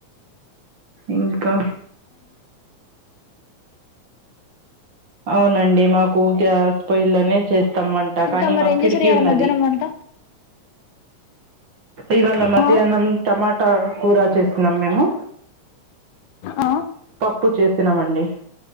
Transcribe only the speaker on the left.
ఇంకా
మరి
ఏం
చేశారు ఇయాల
మధ్యాహ్నం వంట
ఆ
ఆ